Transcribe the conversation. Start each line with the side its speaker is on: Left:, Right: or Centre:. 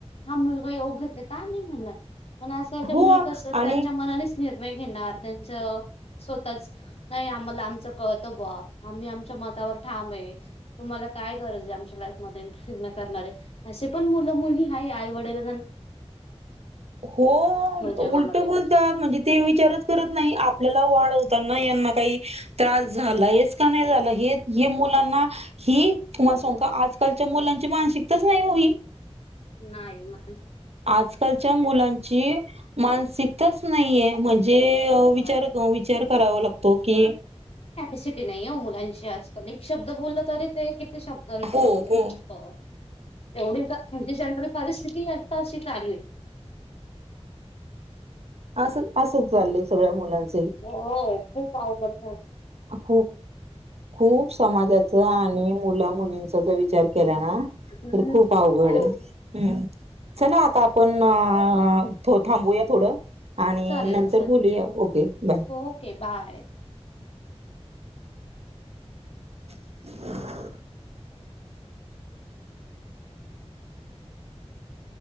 Left: हा मुलगा योग्य ये त का नाही म्हणनार? पण आजकालच्या
Right: हो
Left: मुली कस त्यांच्या
Right: आणि
Left: मनानेच निर्णय घेणार त्यांच स्वतःच नाही आम्हाला आमचं कळतं बुवा आम्ही आमच्या मतावर ठाम आहे. तुम्हाला काय गरज आहे आमच्या लाईफ मधी इंटरफीयर करणारे असे पण मुलं मुली आहे आईवडील
Right: हो
Left: या जगामध्ये.
Right: उलट बोलतात म्हणजे ते विचारच करत नाही आपल्याला वाढवतना यांना काही त्रास झाला आहेच का नाही झाला हे हे मुलांना हि तुम्हाला सांगू का आजकालच्या मुलांची मानसिकताच नाही ओ ही.
Left: नाही ना
Right: आजकालच्या मुलांची माणस <unintelligible> नाहीये म्हंजे जे अ
Left: नाही
Right: विचार क विचार करावा लागतो की
Left: स्तिथी नाहीओ मुलांची आजकाल एक शब्द बोललं तरी ते कि शब्दांचं
Right: हो
Left: लेक्चर
Right: हो
Left: होतं अ एवढी का म्हंजे जनरल परिस्थिती आ तशी चालूय.
Right: आसं आसंच चाललंय सगळ्या मुलांच.
Left: होय खूप आवघड
Right: खूप खूप समाजाच आणि मुला मुलींचा जर विचार केला ना
Left: हम्म.
Right: तर, खूप अवघड
Left: हो
Right: आहे. हम्म चला आता आपण अ थो थांबूयात. थोडं. आणि
Left: चालेल
Right: नंतर
Left: सर
Right: बोलूया ओके बाय.
Left: Okay bye.
Right: <inaudible>